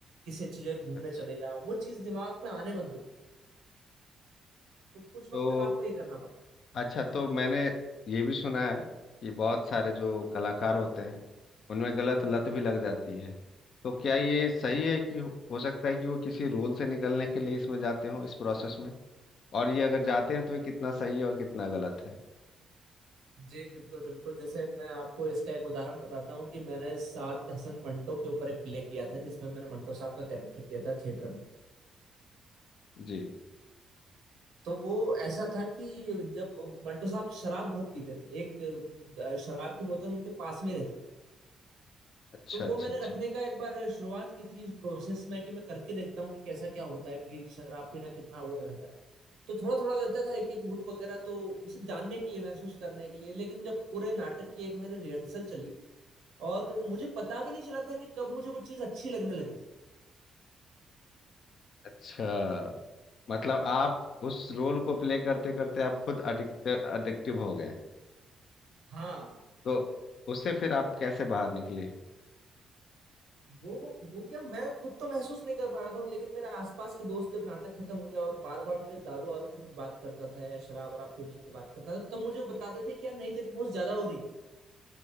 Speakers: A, on the right; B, on the left.
A: किसी अच्छी जगह घूमने
B: अच्छा
A: चले जाओ वो चीज दिमाग में आने मत दो तो कुछ
B: तो
A: वक्त तक आपको ये करना पड़ता
B: अच्छा तो मैंने ये भी सुना है कि बहुत सारे जो कलाकार होते हैं उनमें गलत लत
A: है
B: भी
A: हाँ
B: लग जाती है तो क्या ये सही है कि हो हो सकता है कि वो किसी रोल से निकलने के लिए इसमें जाते हो इस प्रोसेस में और ये अगर जाते हैं तो ये कितना सही है और कितना गलत है
A: जी बिल्कुल बिल्कुल जैसे मैं आपको इसका एक उदाहरण बताता हूँ कि मैंने सादत हसन मंटो के ऊपर एक प्ले किया था जिसमें मैंने मंटो साहब का कैरेक्टर किया था थिएटर में
B: जी
A: तो वो ऐसा था कि जब मंटो साहब शराब बहुत पीते थे एक अ, शराब की बोतल उनके पास में ही रहती थी
B: अच्छा
A: तो
B: अच्छा
A: वो मैंने
B: अच्छा
A: रखने का एक बार शुरुआत की थी इस प्रोसेस में कि मैं करके देखता हूँ कि कैसा क्या होता है कि शराब पीना कितना वो रहता है तो थोड़ा थोड़ा लगता था एक एक घूंट वगैरह तो सिर्फ जानने के लिए महसूस करने के लिए लेकिन जब पूरे नाटक की एक महीने रिहर्सल चली और मुझे पता भी नहीं चला था कि कब मुझे वो चीज अच्छी लगने लगी थी
B: अच्छा मतलब आप उस रोल को प्ले करते करते आप खुद अडिक्ट अडिक्टिव हो गए
A: हाँ
B: तो उससे फिर आप कैसे बाहर निकले
A: वो वो क्या मैं खुद तो महसूस नहीं कर पा रहा था लेकिन मेरे आसपास के दोस्त जब नाटक खत्म हो गया और बार बार मैं जब दारू वारू की कुछ बात करता था या शराब वराब पीने की बात करता था तब मुझे वो बताते थे कि यार नहीं तेरी बहुत ज्यादा हो रही है